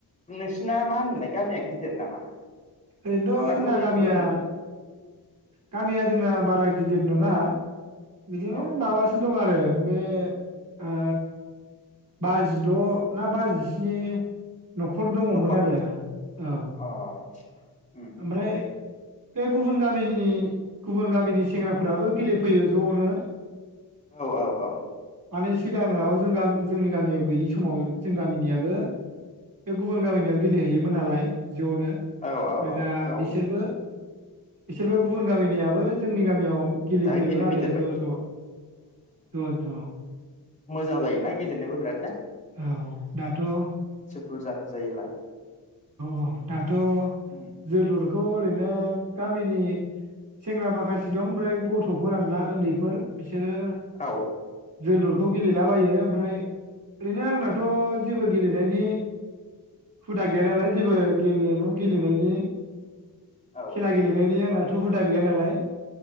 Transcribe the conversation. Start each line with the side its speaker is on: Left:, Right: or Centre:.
Left: नोंसिना मा होनो मोनलाय गामिया गिदिर नामा
Right: रैथ
Left: ना
Right: जोंना
Left: गुबुन
Right: गामिया
Left: गुबुन
Right: गामिया जोंना बारा गिदिर नोङा बिदिनो
Left: औ
Right: माबा सो दं आरो बे ओ बाजद ना बाजिस्नि नखर दङमोन
Left: न'खर
Right: आरो औ
Left: अ म-
Right: ओमफ्राय
Left: म.
Right: बे गुबुन गामिनि गुबुन गामिनि सेंग्राफोराबो गेलेफैयो जनो
Left: औ औ औ
Right: माने सिगाङाव जों जोंनि गामियाव गैयि समाव जों गामिनियाबो बे गुबुन गामिनियाव गेलेहैयोमोन नालाय जनो ओमफाय
Left: औ औ औ
Right: दा
Left: औ
Right: बिसोरबो बिसोरबो गुबुन गामिनियाबो जोंनि गामियाव गेलेफैयोमोन
Left: दा गेलेफैदेरबाय
Right: आरो ज' ज' औ औ ज' ज'
Left: मोजां जायोना गेलेनोबो बिरादनो
Right: औ दाथ औ
Left: बुरजाफोर जायोब्ला
Right: औ दाथ
Left: उम,
Right: जोलुरखौ ओरैनो गामिनि सेंग्रा माखासे दं ओमफ्राय गथ'फोर आरो ना उन्दैफोर बिसोरो
Left: औ
Right: जोलुर बे खौ गेलेलाबायो ओमफ्राय ओरैनो आंनाथ जेबो गेलेनायनि हुदा गैया नालाय जेबो गेलेमु गेलेनायनि
Left: औ
Right: खेला गेलेनायनि आंना थ हुदा गैया नालाय।